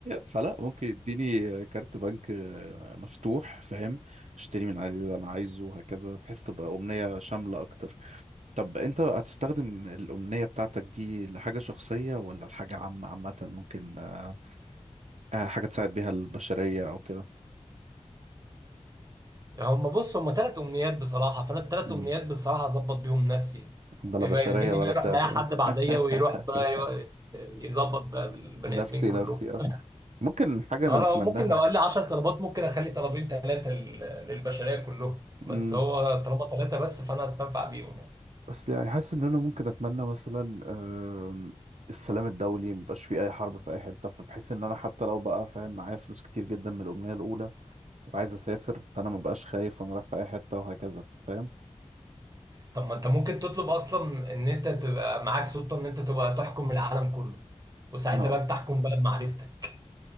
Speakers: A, on the right (about 80°); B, on the right (about 30°).
A: فلا ممكن يديني كارت بنك آه، مفتوح فاهم اشتري من عليه اللي انا عايزه وهكذا بحيث تبقى امنية شاملة اكتر طب انت هتستخدم الامنية بتاعتك دي لحاجة شخصية ولا لحاجة عامة عامة ممكن آه، آه، حاجة تساعد بيها البشرية او كده
B: هم بص هم ثلاث أمنيات بصراحة فأنا الثلاث
A: مم.
B: أمنيات بصراحة أظبط بيهم نفسي
A: بلا
B: يبقى
A: بشرية
B: الجني
A: ولا
B: بقى يروح
A: بتاع
B: لأي
A: فاهم
B: حد بعديا
A: <laughs>
B: ويروح بقى ي- يظبط بقى البني
A: نفسي
B: آدمين كلهم
A: نفسي اه
B: <laughs>
A: ممكن حاجة
B: أه لو
A: نتمناها
B: ممكن لو قال لي 10 طلبات ممكن أخلي طلبين ثلاثة للبشرية كلهم بس
A: مم.
B: هو طالما ثلاثة بس فأنا هستنفع بيهم يعني.
A: بس يعني حاسس ان انا ممكن اتمنى مثلا آم، السلام الدولي مبقاش فيه اي حرب في اي حته فبحيث ان انا حتى لو بقى فاهم معايا فلوس كتير جدا من الامنيه الاولى وعايز اسافر فانا مبقاش خايف وانا رايح في اي حته وهكذا فاهم
B: طب ما انت ممكن تطلب اصلا ان انت تبقى معاك سلطه ان انت تبقى تحكم العالم كله وساعتها
A: لا
B: بقى تحكم بقى بمعرفتك